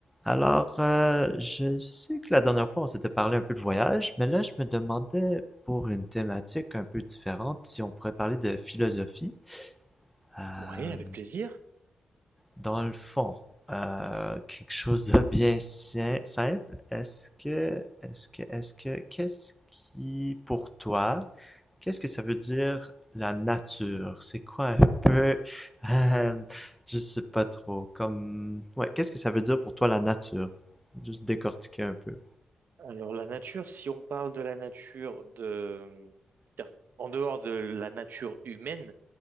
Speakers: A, in the centre; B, on the right.
A: Alors, euh, je sais que la dernière fois, on s'était parlé un peu de voyage, mais là, je me demandais pour une thématique un peu différente si on pourrait parler de philosophie. Euh,
B: Oui, avec plaisir.
A: dans le fond, euh, quelque chose de bien si- simple. Est-ce que, est-ce que, est-ce que, qu'est-ce qui, pour toi, qu'est-ce que ça veut dire la nature? C'est quoi un peu, euh, je sais pas trop, comme, ouais, qu'est-ce que ça veut dire pour toi la nature? Juste décortiquer un peu.
B: Alors la nature, si on parle de la nature de c'est-à-dire en dehors de la nature humaine,